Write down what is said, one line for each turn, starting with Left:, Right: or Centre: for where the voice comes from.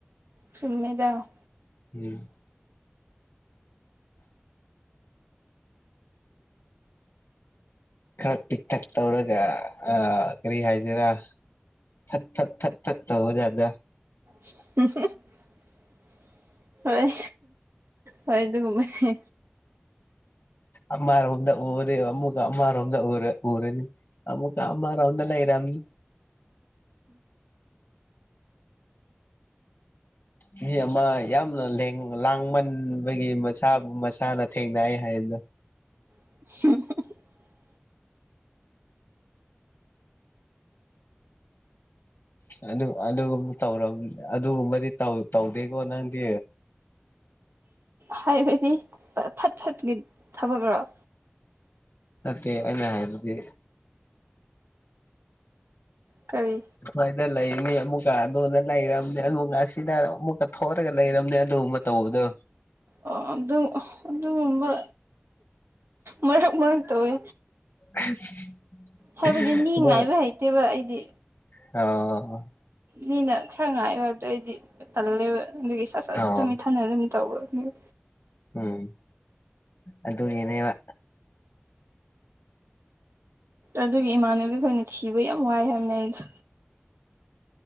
Right: ꯆꯨꯝꯃꯤꯗ
Left: ꯎꯝ ꯈꯔ ꯄꯤꯛꯇꯛ ꯇꯧꯔꯒ ꯑ ꯀꯔꯤ ꯍꯥꯏꯖꯤꯔꯥ ꯐꯠ ꯐꯠ ꯐꯠ ꯐꯠ ꯇꯧꯕꯌꯥꯗ‌ꯣ
Right: <inaudible> ꯍꯣꯏ ꯍꯣꯏ ꯑꯗꯨꯒꯨꯝꯕꯅꯤ
Left: ꯑꯃꯔꯣꯝꯗ ꯎꯔꯗꯤ ꯑꯃꯨꯛ ꯑꯃꯔꯣꯝꯗ ꯎꯔ ꯎꯔꯅꯤ ꯑꯃꯨꯛꯀ ꯑꯃꯔ‌ꯣꯝꯗ ꯂꯩꯔꯝꯅꯤ ꯃꯤ ꯑꯃ ꯌꯥꯝꯅ ꯂꯦꯡ ꯂꯥꯡꯃꯟꯕꯒꯤ ꯃꯁꯥꯕꯨ ꯃꯁꯥꯅ ꯊꯦꯡꯅꯩ ꯍꯥꯏꯗꯣ <inaudible>
Right: <inaudible>
Left: ꯑꯗꯨ ꯑꯗꯨꯒꯨꯝꯕ ꯇꯧꯔꯝ ꯑꯗꯨꯒꯨꯝꯕꯗꯤ ꯇꯧꯗꯦꯀꯣ ꯅꯪꯗꯤ
Right: ꯍꯥꯏꯕꯗꯤ ꯐꯠ ꯐꯠꯀꯤ ꯊꯕꯛꯔ‌ꯣ
Left: ꯅꯠꯇꯦ ꯑꯩꯅ ꯍꯥꯏꯕꯗꯤ
Right: ꯀꯔꯤ
Left: ꯁꯨꯃꯥꯏꯅ ꯂꯩꯅꯤ ꯑꯃꯨꯛꯀ ꯑꯗꯨꯗꯣꯟꯗ ꯂꯩꯔꯝꯅꯤ ꯑꯃꯨꯛꯀ ꯑꯁꯤꯗ ꯑꯃꯨꯛꯀ ꯊ‌ꯣꯂꯒ ꯂꯩꯔꯕꯝꯅꯦ ꯑꯗꯨꯒ ꯃꯇꯧꯕꯗꯣ
Right: ꯑꯣ ꯑꯗꯨ ꯑꯗꯨꯒꯨꯝꯕ ꯃꯔꯛ ꯃꯔꯛ ꯇꯧꯋꯦ
Left: <inaudible>
Right: ꯍꯥꯏꯕꯗꯤ ꯃꯤ
Left: ꯑꯗ
Right: ꯉꯥꯏꯕ ꯍꯩꯇꯦꯕ ꯑꯩꯗꯤ
Left: ꯑꯣ
Right: ꯃꯤꯅ ꯈꯔ ꯉꯥꯏꯌꯨ ꯍꯥꯏꯕꯗꯣ ꯑꯣꯏꯗꯤ ꯇꯜꯂꯦꯕ ꯑꯗꯨꯒꯤ ꯁꯠ ꯁꯠ
Left: ꯑꯣ
Right: ꯇꯨꯃꯤꯠꯊꯅ ꯑꯗꯨꯝ ꯇꯧꯔꯝꯅ‌ꯦ
Left: ꯎꯝ ꯑꯗꯨꯒꯤꯅ‌ꯦꯕ
Right: ꯑꯗꯨꯒꯤ ꯏꯃꯥꯟꯅꯕꯤ ꯈꯣꯏꯅ ꯊꯤꯕ ꯌꯥꯝ ꯋꯥꯏ ꯍꯥꯏꯕꯅꯦ ꯑꯩꯗꯣ